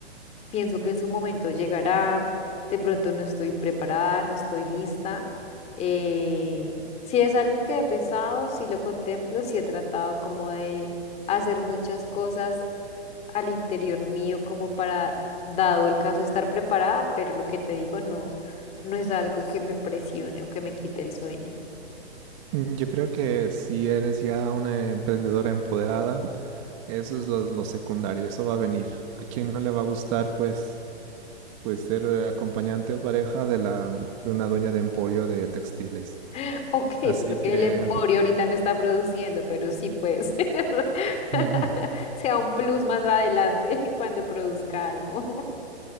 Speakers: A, on the left; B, on the right.
A: pienso que en su momento llegará, de pronto no estoy preparada, no estoy lista. eh, si es algo que he pensado, si lo contemplo, si he tratado como de hacer muchas cosas al interior mío como para, dado el caso, estar preparada, pero lo que te digo no, no es algo que me presione o que me quite el sueño.
B: Mm, Yo creo que si eres ya una emprendedora empoderada, eso es lo, lo secundario, eso va a venir. ¿A quién no le va a gustar, pues, pues ser eh, acompañante o pareja de la, de una dueña de emporio de textiles?
A: <laughs> Ok,
B: Así
A: solo que
B: que
A: el Emporio ahorita no está produciendo, pero sí puede ser. <laughs>
B: <laughs>
A: Sea un plus más adelante <laughs> cuando produzca algo.